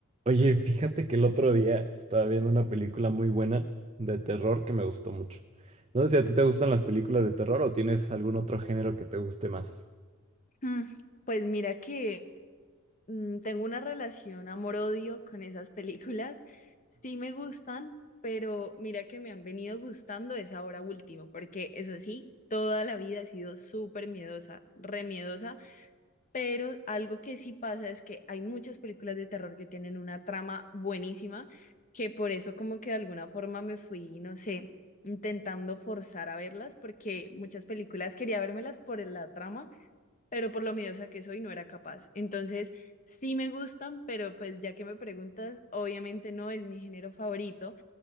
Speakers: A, on the right (about 30°); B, on the left (about 35°).
A: Oye, fíjate que el otro día estaba viendo una película muy buena de terror que me gustó mucho. No sé si a ti te gustan las películas de terror o tienes algún otro género que te guste más.
B: Mm, Pues mira que mm, tengo una relación amor-odio con esas películas. Sí me gustan, pero mira que me han venido gustando es ahora último, porque eso sí, toda la vida he sido súper miedosa, re miedosa, pero algo que sí pasa es que hay muchas películas de terror que tienen una trama buenísima, que por eso como que de alguna forma me fui, no sé, intentando forzar a verlas, porque muchas películas quería vérmelas por la trama pero por lo miedosa que soy no era capaz. Entonces, sí me gustan, pero pues ya que me preguntas, obviamente no es mi género favorito.